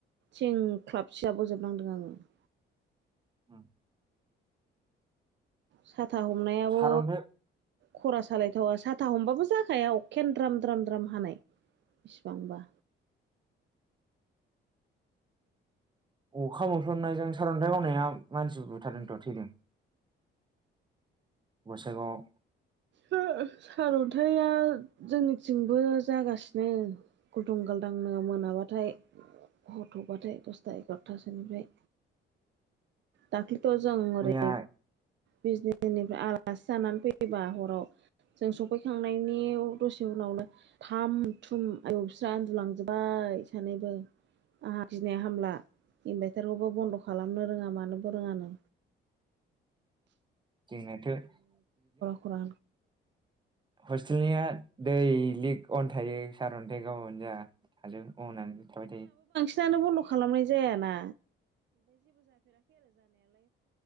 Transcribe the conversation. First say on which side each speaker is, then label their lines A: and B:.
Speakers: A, on the right; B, on the right.
A: थिंख्लाब सिजाबोजोबनांदों आङो ।
B: उम।
A: सात था हमनायाबो
B: सारन्थाइ
A: खरा सालायथावा साथा हमबाबो जाखाया अखायानो द्राम द्राम द्राम हानाय बिसिबांबा।
B: अखा मोफ्लामनायजों सारन्थाइ गावनायाव मानसि बुथारदोंथ' थैदों। गसाइगावाव।
A: <unintelligible> सारअन्थाया जोंनिथिंबो जागासिनो गलदुं गालदांनो मोनाबाथाय हरथौबाथाय दसथा एगार'थासोनिफ्राय। दाक्लि त' जों ओरै
B: मैया
A: बिजनिनिफ्राय आलासि जानानै फैबा हराव जों सफैखांनायनि दसे उनावनो थाम थुम आयौ फिसा उन्दुलांजोब्बाय सानैबो आंहा गिनाया हामला इनभायटारखौबो बन्द खालामनो रोङा मानोबो फोरोङानो।
B: <unintelligible>
A: खरा
B: हस्टेलनिया दै लिक अन थायो सारअन्थाइ गावानो जा थाजों। अ होननानै थाबाय थायो।
A: फिसायानो बन्द खालामनाय जायाना